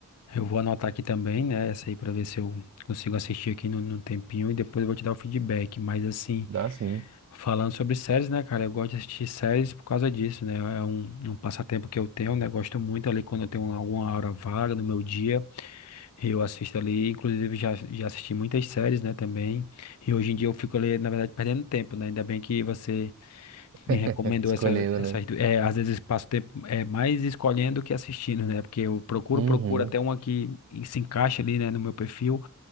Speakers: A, on the left; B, on the right.
A: eu vou anotar aqui também, né, essa aí pra ver se eu consigo assistir aqui no, no tempinho e depois eu vou te dar o feedback, mas assim...
B: Dá sim.
A: Falando sobre séries, né, cara? Eu gosto de assistir séries por causa disso, né? É um, um passatempo que eu tenho, né? Gosto muito ali quando eu tenho alguma hora vaga no meu dia, eu assisto ali. Inclusive, já, já assisti muitas séries, né, também. E hoje em dia eu fico ali, na verdade, perdendo tempo, né? Ainda bem que você
B: <laughs>
A: me recomendou
B: Escolhendo,
A: essas, essas,
B: né?
A: du- é, às vezes passo tempo é, mais escolhendo que assistindo, né? Porque eu procuro,
B: Uhum.
A: procuro até uma que se encaixa ali, né, no meu perfil.